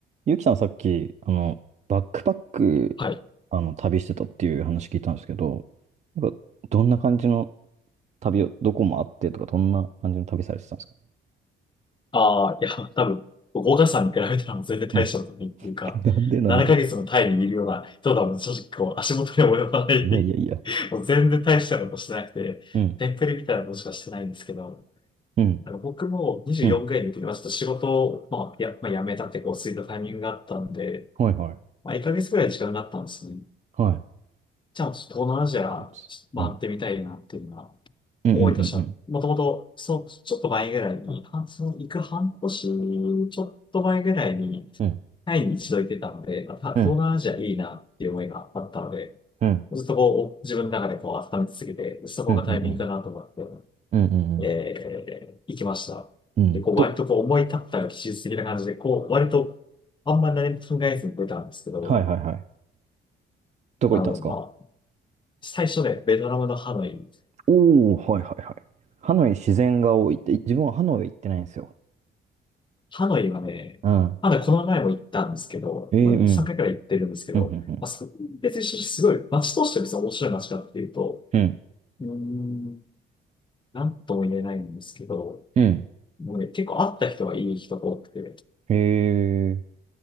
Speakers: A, on the right; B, on the left.
A: ゆきさんさっき、あの、バックパック、
B: はい。
A: あの、旅してたっていう話聞いたんですけど、なんか、どんな感じの旅を、どこもあってとか、どんな感じの旅されてたんですか
B: ああ、いや、多分、岡さんに比べたらもう全然大したことないっていうか、
A: うん。<laughs> なんでなんで
B: 7ヶ月のタイにいるような人だもん、正直こう、足元に及ばない。
A: いやいやいや。
B: <laughs> もう全然大したことしてなくて、
A: うん。
B: テンプレみたいなことしかしてないんですけど、
A: うん。
B: なんか僕も24ぐらいの時に、
A: うん。
B: まあちょっと仕事を、まあ、や、まあ、辞めたってこう、過いたタイミングがあったんで、
A: はいはい。
B: まあ、1ヶ月ぐらい時間があったんですね。
A: はい。
B: じゃあ、ちょっと東南アジア、
A: ピカイチうん。
B: 回ってみたいなっていうのは
A: うんうんうんうん。
B: 思いとした。は、もともと、そう、ちょっと前ぐらいに、半その行く半年、ちょっと前ぐらいに、
A: うん。
B: タイに一度行ってたので、まあた東南アジアいいなっていう思いがあったので、
A: うん。うん
B: ずっとこう、自分の中でこう、温め続けて、そこがタイミングかなと思って、
A: うんうん。うんうんうん。
B: えー、行きました。
A: うん。
B: で、こう、
A: ど、
B: 割とこう、思い立ったら技術的な感じで、こう、割と、あんまり何も考えずに出たんですけど、
A: はいはいはい。どこ行ったんですか
B: あの、まあ、最初で、ベトナムのハノイ
A: おー、はいはいはい。ハノイ自然が多いって、自分はハノイ行ってないんですよ。
B: ハノイはね、
A: うん。
B: まだこの前も行ったんですけど、
A: えー、
B: まあ、
A: うん。
B: 3回くらい行ってるんですけど、
A: うん、うん、
B: まあ、そ別にすごい、街として別に面白い街かっていうと、
A: うん、
B: うーん、なんとも言えないんですけど、
A: うん、うん。
B: もうね、結構会った人はいい人が多くて、
A: へえ。